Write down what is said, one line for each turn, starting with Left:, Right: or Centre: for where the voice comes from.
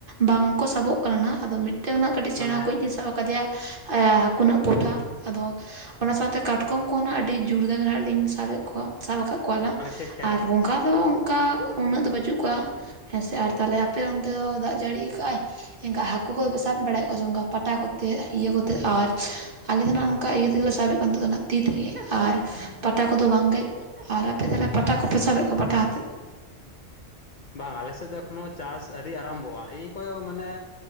Right: ᱵᱟᱝ ᱠᱚ ᱥᱟᱵᱚᱜ ᱠᱟᱱᱟ ᱱᱟᱸᱜ ᱟᱫᱚ ᱢᱤᱫᱴᱟᱝ ᱱᱟᱸᱜ ᱠᱟᱹᱴᱤᱡᱽ ᱥᱮᱬᱟ
Left: ᱢᱟᱱᱮ
Right: ᱠᱚᱣᱤᱡᱽ ᱞᱤᱧ ᱥᱟᱵ ᱠᱟᱫᱮᱭᱟ᱾ ᱦᱟᱹᱠᱩ ᱱᱟᱸᱜ ᱯᱚᱴᱷᱟ ᱟᱫᱚ ᱚᱱᱟ ᱥᱟᱶᱛᱮ ᱠᱟᱴᱠᱚᱢ ᱠᱚᱦᱚᱸᱱᱟᱜ ᱟᱹᱰᱤ ᱡᱳᱨᱫᱟᱨ <unintelligible> ᱧ ᱥᱟᱵᱮᱫ ᱠᱚᱣᱟ ᱥᱟᱵ ᱟᱠᱟᱫ ᱠᱚᱣᱟᱞᱟ
Left: ᱢᱟᱱᱮ ᱠᱷᱮ ᱠᱷᱮᱛ
Right: ᱟᱨ ᱜᱚᱝᱜᱷᱟ ᱫᱚ ᱚᱱᱠᱟ ᱩᱱᱟᱹᱜ ᱫᱚ ᱵᱟᱹᱪᱩᱜ ᱠᱚᱣᱟ᱾ ᱦᱮᱸᱥᱮ ᱟᱨ ᱛᱟᱦᱚᱞᱮ ᱟᱯᱮ ᱚᱱᱛᱮ ᱫᱚ ᱫᱟᱜᱽ ᱡᱟᱹᱲᱤ ᱠᱟᱜᱼ ᱟᱭ? ᱮᱱᱠᱟ ᱦᱟᱹᱠᱩ ᱠᱚᱫᱚ ᱥᱟᱵ ᱵᱟᱲᱟᱭᱮᱫ ᱠᱚᱣᱟ ᱥᱮ ᱚᱱᱠᱟ ᱯᱟᱴᱟ ᱠᱚᱛᱮ ᱤᱭᱟᱹ ᱠᱚᱛᱮ ᱟᱨ ᱟᱞᱮ ᱫᱚ ᱱᱟᱸᱜ ᱤᱭᱟᱹ ᱛᱮᱜᱮᱞᱮ ᱥᱟᱵᱮᱫ ᱱᱤᱛᱚᱜ ᱫᱚ ᱱᱟᱸᱜ ᱛᱤ ᱛᱮᱜᱮ ᱟᱨ ᱯᱟᱴᱟ ᱠᱚᱫᱚ ᱵᱟᱝ ᱜᱮ ᱟᱨ ᱟᱯᱮ ᱛᱟᱦᱚᱞᱮ ᱯᱟᱴᱟ ᱠᱚᱯᱮ ᱥᱟᱵᱮᱫ ᱠᱚᱣᱟ ᱯᱟᱴᱟ ᱦᱟᱛᱮᱫ
Left: ᱵᱟᱝ ᱟᱞᱮ ᱥᱮᱫᱽ ᱫᱚ ᱮᱠᱷᱚᱱᱚ ᱪᱟᱥ ᱟᱹᱨᱤ ᱟᱨᱟᱢᱵᱷᱚᱜᱼᱟ ᱮᱭ ᱠᱚᱭᱚ ᱢᱟᱱᱮ